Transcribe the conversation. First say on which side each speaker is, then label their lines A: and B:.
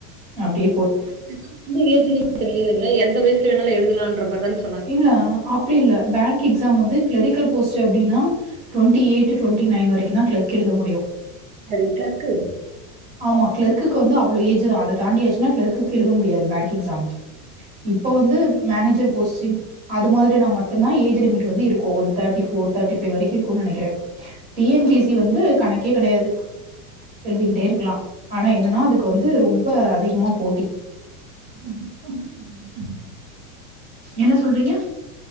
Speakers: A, on the right; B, on the right.
A: நா அப்டே
B: பேங்க் எக்ஸாம்க்கு வந்து ஏஜ் லிமிட் இல்லில எந்த வயசல வேணால எழுதலாண்ற மாரிதானே
A: இல்ல அப்டி இல்ல பேங்க் எக்ஸாம் வந்து கிளெரிக்கல் போஸ்ட் அப்டின்னா ட்டுவெண்டி எய்ட் ட்டுவெண்டி நைன் வரைக்குதா கிளர்க் எழுத முடியு
B: <unintelligible>
A: ஆமா கிளர்க்குக்கு வந்து அவ்ளோ ஏஜ்தா அத தாண்டியச்சுன்னா கிளர்க் எழுத முடியாது பேங்க் எக்ஸாம் இப்ப வந்து மேனேஜர் போஸ்டிங் அது மாதிரினா மட்டுந்தா ஏஜ் லிமிட் வந்து இருக்கு ஒரு தேட்டி ஃபோர் தேட்டி ஃபைவ் வரைக்கு இருக்குனு நெனக்கிறே டி என் பி சி வந்து கணக்கே கெடையாது எழுதிக்கிட்டே இருக்கலா ஆனா எதுனா அதுக்கு வந்து ரொம்ப அதிகமா போட்டிங்க
B: <unintelligible>
A: என்ன சொல்றீங்க